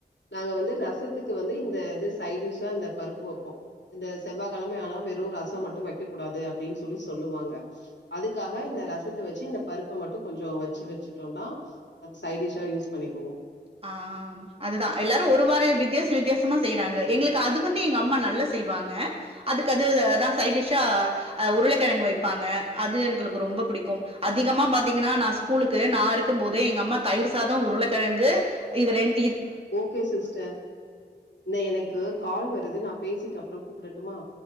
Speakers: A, on the left; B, on the right.
A: நாங்க வந்து ரசத்துக்கு வந்து இந்த இது சைடிஷா இந்த பருப்பு வப்போ இந்த செவ்வா கெழமைலால வெறு ரசோ மட்டு வைக்க கூடாது அப்டின்னு சொல்லி சொல்லுவாங்க அதுக்காக இந்த ரசத்த வச்சு இந்த பருப்ப மட்டு கொஞ்சொ வச்சு வச்சுட்டோனா அத சை டிஷா யூஸ் பண்ணிக்குவோ
B: ஆ அதுதா எல்லாரு ஒரு வார வித்தியாச வித்தியாசமா செய்யறாங்க எங்களுக்கு அது வந்து எங்க அம்மா நல்லா செய்வாங்க அதுக்கு அது அதா சை டிஷ்ஷா அ உருளக்கெழங்கு வைப்பாங்க அது எங்களுக்கு ரொம்ப புடிக்கு அதிகமா பாத்தீங்கன்னா நா ஸ்கூலுக்கு நா இருக்கும் போதே எங்க அம்மா தயிர் சாதோ உருளக்கெழங்கு இது ரெண்
A: ஓகே சிஸ்டர் இந்த எனக்கு கால் வருது நா பேசிட்டு அப்றோ கூப்டட்டுமா